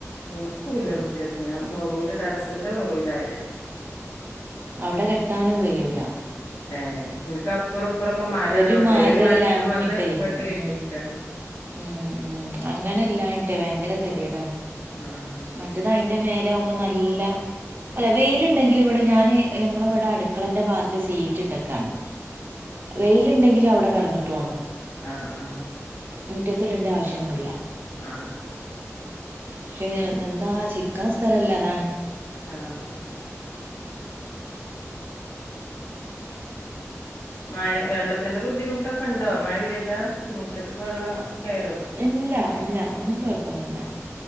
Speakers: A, on the left; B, on the right.
A: എനിക്ക ഇല്ല മുറ്റത്ത് ഞാൻ നൂറൂല് ടെറസിന്റെ നൂറൂൽ ആയാലട്ടിയെ
B: അവിടെ കെട്ടാനും കഴൂല
A: ഏഹ് ഇൻക്ക് അപ്പുറം ഇപ്പുറൊക്കെ മരള്ളോണ്ടേ
B: ഒരു മരല്ലഞ്ഞിട്ടേ
A: മരത്തുമ്മന്ന് ഇങ്ങട്ട്
B: ഉം
A: കെട്ടിക്കാണ്.
B: ഉം ഉം അങ്ങനെല്ലായിട്ടേ ഭയങ്കര ക ഏടാന്ന്
A: ആഹ് ശരി
B: മറ്റേതാ അയിന്റെ മേലെ ആകുമ്പോ നല്ല അല്ല വെയില് ഉണ്ടെങ്കിലും ഇവിടെ ഞാന് ഞങ്ങളിവിടെ അടുക്കളന്റെ ഭാഗത്ത് ഷീറ്റ് ഇട്ടേക്കാണ് വെയിലുണ്ടെങ്കിൽ അവിടെ കടന്നട്ട്
A: ആ ആ
B: മുറ്റത്തിടേണ്ട ആവശ്യമൊന്നും ഇല്ല
A: ആ
B: പക്ഷേ ഇത് എന്താ ചിക്കാൻ സ്ഥലല്ലേ അതാണ്
A: ആ ആ മഴ വെള്ളത്തിന്റെ ബുദ്ധിമുട്ടൊക്കെ ഉണ്ടോ മഴ പെയ്താ മുറ്റത്തക്ക് വെള്ളം കേറോ?
B: ഇല്ല ഇല്ല അങ്ങനത്തെ കൊഴപ്പൊന്നും ഇല്ല